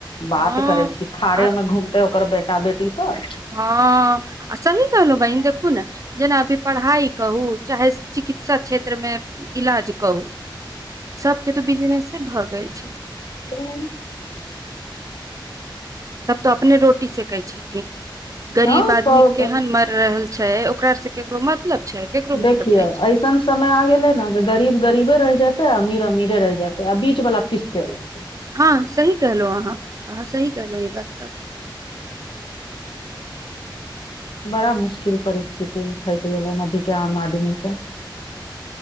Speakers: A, on the left; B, on the right.
A: बात
B: हँ
A: करै छी थारे
B: आ
A: मे घुम ते ओकर बेटा बेटी सभ
B: ह आ सही कहलहुँ बहिन देखू ने जेना अभी पढ़ाई कहू चाहे चिकित्सा क्षेत्र मे इलाज करु सभके तो बिजनेस भऽ गेल छै
A: ह
B: सभ तो अपने रोटी सेकै छथिन गरीब
A: हँ
B: आदमी
A: सब अपन
B: केहन मर रहल छै ओकरा से केरो मतलब छै केकरो
A: देखियौ
B: मतलब नहि छै
A: ऐसन। समय आ गेले ने जे गरीब गरीबे रहि जेते आ अमीर अमीरे रहि जेते आ बीच वाला पिस्ते रहते
B: ह सी कहलहु अहाँ सही कहलहु ई बात त
A: बड़ा मुश्किल परिस्थिति मे फसि गेलै अभी के आम आदमी सभ